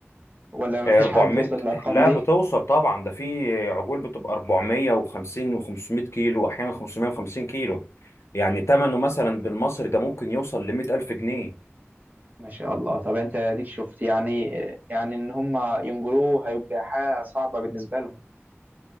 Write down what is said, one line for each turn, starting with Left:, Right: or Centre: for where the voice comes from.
Right: ولا ما
Left: 400
Right: فيش حاجه بتوصل للارقام
Left: لا
Right: دي
Left: بتوصل طبعا ده في عجول بتبقى 450 و500 كيلو واحيانا 550 كيلو يعني ثمنه مثلا بالمصري ده ممكن يوصل ل 100000 جنيه
Right: ما شاء الله طب انت اديك شفت يعني آه، يعني ان هم ينجلوه هيبقى حاجه صعبه بالنسبه لهم